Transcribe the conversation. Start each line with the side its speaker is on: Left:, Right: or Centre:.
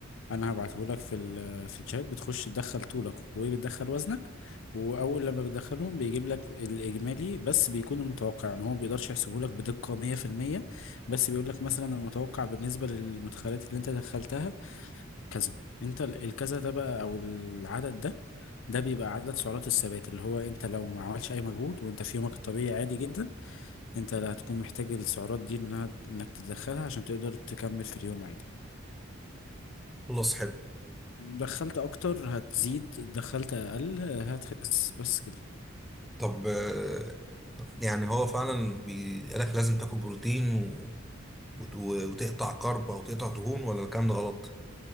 Left: أنا هبعته لك في ال آه، في الشات بتخش تدخل طولك وبتدخل وزنك وأول لما بتدخلهم بيجيب لك الإجمالي بس بيكون المتوقع يعني هو ما بيقدرش يحسبه لك بدقة 100% بس بيقول لك مثلا المتوقع بالنسبة للمدخلات اللي أنت دخلتها كذا أنت ال- الكذا ده بقى أو العدد ده ده بيبقى عدد سعرات الثبات اللي هو انت لو ما عملش اي مجهود وانت في يومك الطبيعي عادي جدا انت اللي هتكون محتاج السعرات دي انها انك تدخلها عشان تقدر تكمل في اليوم عادي
Centre: خلاص حلو
Left: دخلت اكتر هتزيد دخلت اقل هتخس بس كده
Centre: طب آه، يعني هو فعلا بيقولك لازم تاكل بروتين وت- وتقطع كرب او تقطع دهون ولا الكلام ده غلط